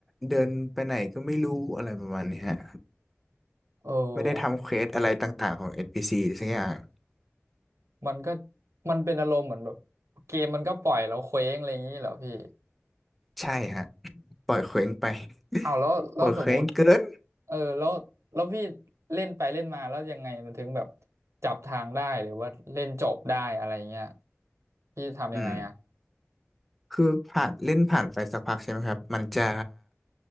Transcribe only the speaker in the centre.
เดินไปไหนก็ไม่รู้อะไรประมาณนี้ฮะ
ไม่ได้ทำเควสอะไรต่างๆของ NPC สักอย่าง
ใช่ฮะ <laughs> ปล่อยเคว้งไป
<laughs> ปล่อยเคว้งเกิน
อืม คือผ่านเล่นผ่านไปสักพักใช่ไหมครับมันจะ